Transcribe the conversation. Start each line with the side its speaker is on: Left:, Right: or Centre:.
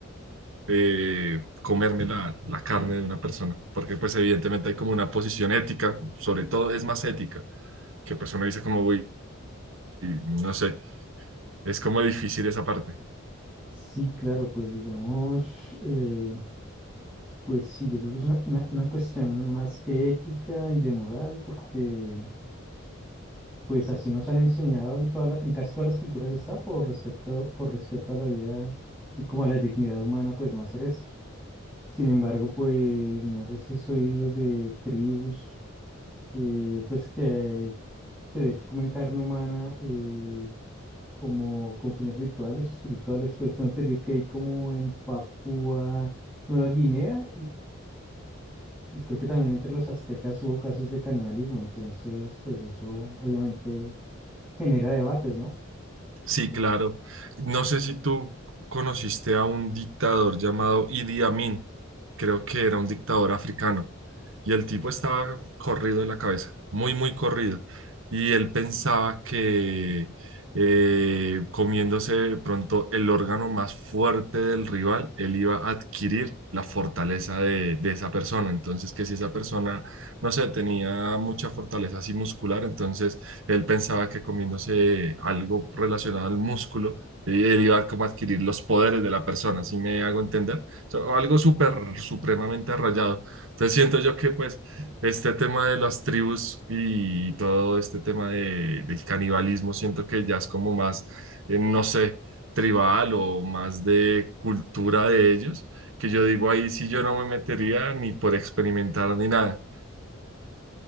Right: eh, comerme la, la carne de una persona, porque pues evidentemente hay como una posición ética, sobre todo es más ética, que pues uno dice como, uy, no sé, es como difícil esa parte.
Centre: Sí, claro, pues digamos, eh, Pues sí, yo creo que es una, una- una cuestión más que ética y de moral, porque pues así nos han enseñado en toda la- en casi todas las culturas está por respecto, por respeto a la vida y como a la dignidad humana, pues no hacer esto. Sin embargo, pues no sé si has oído de tribus que pues que, que de hecho comen carne humana eh, como con fines rituales o espirituales, pues tengo entendido que hay como en Papúa Nueva Guinea y creo que también entre los aztecas hubo casos de canibalismo, entonces pues eso obviamente genera debates, ¿no?
Right: Sí, claro. No sé si tú conociste a un dictador llamado Idi Amin, creo que era un dictador africano, y el tipo estaba corrido de la cabeza, muy, muy corrido, y él pensaba que eh, comiéndose de pronto el órgano más fuerte del rival, él iba a adquirir la fortaleza de, de esa persona. Entonces, que si esa persona, no sé, tenía mucha fortaleza así muscular, entonces él pensaba que comiéndose algo relacionado al músculo, eh, él iba como a adquirir los poderes de la persona, si me hago entender? O sea, algo súper, supremamente rayado. Entonces siento yo que pues este tema de las tribus y todo este tema de- del canibalismo, siento que ya es como más, eh, no sé, tribal o más de cultura de ellos, que yo digo ahí sí yo no me metería ni por experimentar ni nada.